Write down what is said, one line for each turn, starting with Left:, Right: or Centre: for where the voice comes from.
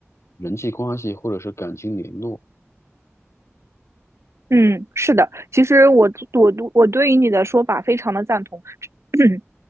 Left: 人际关系或者是感情联络。
Right: 嗯，是的，其实我我我对于你的说法非常的赞同。<clears throat>